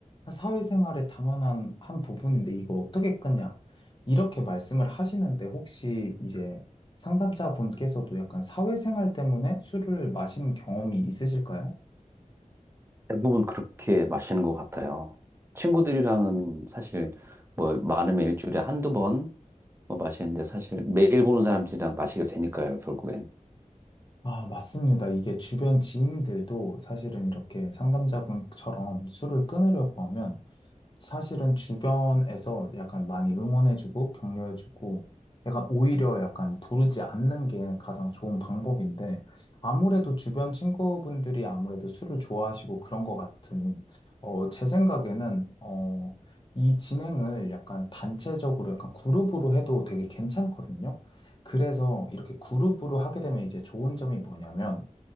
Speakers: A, on the left; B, on the right.
A: 사회생활의 당연한 한 부분인데 이걸 어떻게 끊냐. 이렇게 말씀을 하시는데 혹시 이제 상담자분께서도 약간 사회생활 때문에 술을 마신 경험이 있으실까요?
B: 대부분 그렇게 마시는 것 같아요. 친구들이랑은 사실 뭐 많으면 일주일에 한두 번 뭐 마시는데 사실 매일 보는 사람들이랑 마시게 되니까요, 결국엔.
A: 아, 맞습니다. 이게 주변 지인들도 사실은 이렇게 상담자분처럼 술을 끊으려고 하면 사실은 주변에서 약간 많이 응원해주고 격려해주고 약간 오히려 약간 부르지 않는 게 가장 좋은 방법인데 아무래도 주변 친구분들이 아무래도 술을 좋아하시고 그런 것 같으니 어, 제 생각에는 어, 이 진행을 약간 단체적으로 약간 그룹으로 해도 되게 괜찮거든요. 그래서 이렇게 그룹으로 하게 되면 이제 좋은 점이 뭐냐면